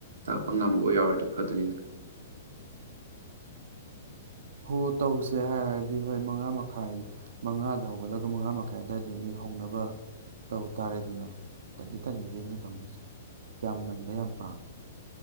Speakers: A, on the right; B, on the right.
A: ꯇꯥꯛꯄ ꯉꯝꯕ ꯌꯥꯎꯔꯗꯤ ꯐꯗꯣꯏꯅꯤꯅꯦ꯫
B: ꯍꯣ ꯇꯧꯁꯦ ꯍꯥꯏꯔꯗꯤ ꯍꯣꯏ ꯃꯉꯥ ꯃꯈꯥꯏ ꯃꯉꯥꯗ ꯍꯧꯒꯠꯂꯒ ꯃꯉꯥ ꯃꯈꯥꯏ ꯑꯗꯨꯋꯥꯏꯗꯒꯤ ꯍꯧꯅꯕ ꯇꯧ ꯇꯥꯔꯦꯗꯅ ꯇꯟꯗꯤ ꯇꯟꯒ꯭ꯔꯦ ꯅꯣꯏ ꯀꯥꯡꯕꯨꯁꯦ ꯌꯥꯝ ꯉꯟꯕ ꯌꯥꯝ ꯄꯥꯝꯃꯦ꯫